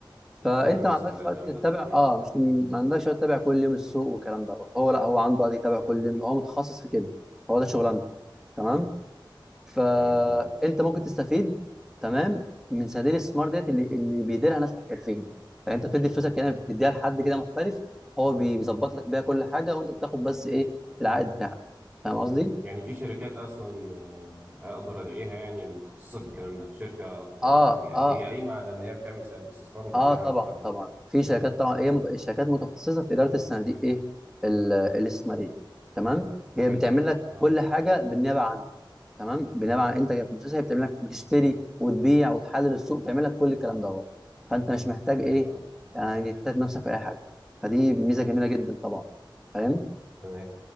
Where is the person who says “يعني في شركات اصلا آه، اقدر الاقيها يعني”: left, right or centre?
Right